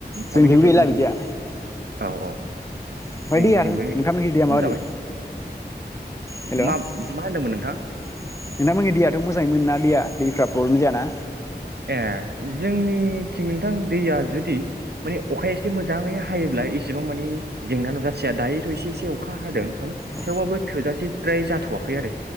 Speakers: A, on the right (about 70°); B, on the left (about 15°).
A: थाबैनो
B: जोंजोंबो
A: जोबनो
B: गैला
A: हमबाय
B: बिदिया
A: औ औ
B: ओमफाय
A: जोंनिथिंबो
B: दैयारो नोंथांमोनखि दैया
A: खम
B: माबादि
A: जाबाय
B: हेल
A: मा
B: नोंथांमोननि
A: मा होनदोंमोन नोंथाङा
B: दैयाथ मोजाङै मोन ना दैया दैफ्रा प्रब्लेम जायाना
A: ए जोंनिथिं नोंथां दैया जुदि माने अखाया एसे मोजाङै हायोब्ला‌ एसेबां मानि जेंना नुजाथिया दायोथ एसे एसे अखा हादों माने
B: औ
A: थेवबाबो थोजासे फ्राय जाथवाखै आरो